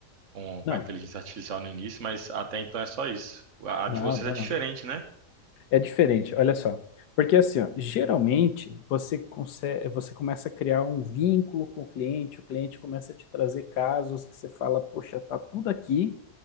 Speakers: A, on the right; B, on the left.
A: com,
B: Não,
A: com a inteligência artificial no início, mas até então é só isso. A, a
B: não,
A: de vocês
B: não,
A: é diferente,
B: não.
A: né?
B: É diferente, olha só. Porque assim, ó, geralmente você consegue, você começa a criar um vínculo com o cliente, o cliente começa a te trazer casos que você fala, poxa, tá tudo aqui,